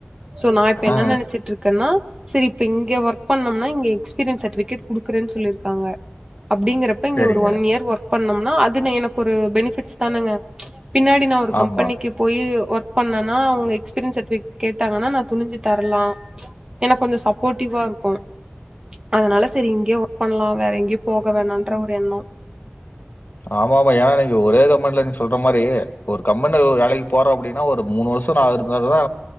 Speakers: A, on the right; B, on the left.
A: சோ நா இப்ப என்ன
B: ஆ
A: நெனைச்சிட்டு இருக்கன்னா செரி இப்ப இங்க ஒர்க் பண்ணம்னா இங்க எக்ஸ்பீரியன்ஸ் சர்டிபிகேட் குடுக்குறேனு சொல்லிய்ருக்காங்க அப்டிங்கற இப்ப இங்க
B: சேரிங்க
A: ஒரு ஒன் இயர் ஒர்க் பண்ணோம்னா அதுனு எனக்கு ஒரு பெனிபிட்ஸ்ஸு தானங்க பின்னாடி நா ஒரு கம்பெனிக்கு
B: ஆமா
A: போய் ஒர்க் பண்ணனா அவுங்க எக்ஸ்பீரியன் சர்டிபிகேட் கேட்டாங்கன்னா நா துணிச்சி தரலா எனக்கு கொஞ்சோ சப்போர்ட்டிவா இருக்கு அதனால செரி இங்கயே ஒர்க் பண்ணலா வேற எங்கேயோ போக வேணாம்ன்ற ஒரு எண்ணோ
B: ஆமா ஆமா ஏன்னா இன்னைக்கு ஒரே கம்பென்ல நீ சொல்ற மாரி ஒரு கம்பென் வேலைக்கு போறோ அப்டின்னா ஒரு மூணு வர் ஷோ நாலு இருந்த தா